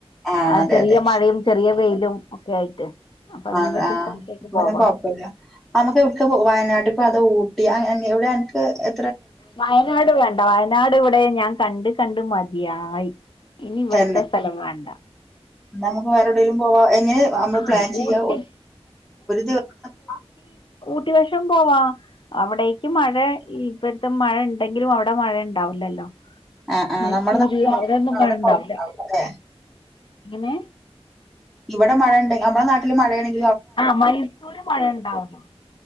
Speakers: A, in the centre; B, on the left.
A: ആഹ്
B: ആ
A: അതെ
B: ചെറിയ
A: അതെ
B: മഴയും ചെറിയ വെയിലും ഒക്കെ ആയിട്ട് അപ്പൊ അതിനെ
A: ആ അതെ
B: പറ്റിയ
A: അപ്പോ
B: സ്ഥലത്തേക്ക് പോവാ
A: പിന്നെ കൊഴപ്പില്ല നമ്മുക്ക് വയനാട്ട അപ്പൊ അത് ഊട്ടി അ എവിടെ അനക്ക് എ
B: വയനാട് വേണ്ട വയനാട് ഇവിടെ വിടെ ഞാൻ കണ്ട് കണ്ട് മതിയായി ഇനി ഇവിടത്തെ
A: തന്നെ
B: സ്ഥലം കാണ്ടാ
A: നമുക്ക് വേറെടേങ്കിലും പോവാ എങ്ങനെ നമ്മള്
B: ആ
A: പ്ലാൻ ചെയ്യി
B: ഊട്ടി
A: ദിവസ <unintelligible>
B: ഊട്ടിവശം പോവാ അവിടേക്ക് മഴ ഈ ഇപ്പഴത്തെ മഴ ഇണ്ടെങ്കിലും അവിടെ മഴ ഇണ്ടാവില്ലല്ലോ
A: ആഹ് ആഹ്
B: മൈസൂര്
A: നമ്മുടെ നാട്ടില്
B: അവിടൊന്നും
A: മാത്രം അവിടെ
B: മഴണ്ടാവില്ല
A: കുഴപ്പണ്ടാവൂല ല്ലേ
B: എങ്ങനെ
A: ഇവിടെ മഴ ഉണ്ട് നമ്മളെ നാട്ടില് മഴണെങ്കി
B: ആ മൈസൂര് മഴണ്ടാവും